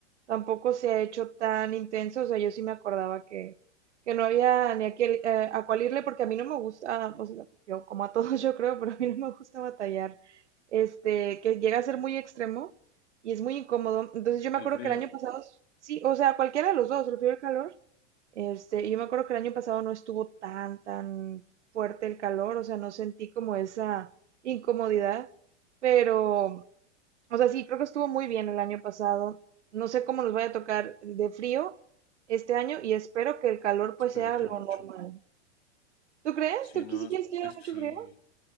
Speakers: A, on the right (about 80°); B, on the left (about 65°).
A: tampoco se ha hecho tan intenso. O sea, yo sí me acordaba que, que no había ni a, qué- eh, a cuál irle, porque a mí no me gusta, pues, yo como a todos <laughs> yo creo, pero a mí no me gusta batallar. Este, que llega a ser muy extremo y es muy incómodo. Entonces yo me
B: El
A: acuerdo
B: frío,
A: que el año pasado, sí, o sea, cualquiera de los dos, el frío y el calor, este, yo me acuerdo que el año pasado no estuvo tan, tan fuerte el calor, o sea, no sentí como esa incomodidad, pero, o sea, sí, creo que estuvo muy bien el año pasado. No sé cómo nos vaya a tocar de frío este año y espero que el calor pues
B: espero
A: sea
B: que
A: lo
B: mucho.
A: normal. ¿Tú crees?
B: Si
A: ¿Tú qui-
B: no,
A: si
B: es,
A: quieres que haga
B: es- sí,
A: mucho frío?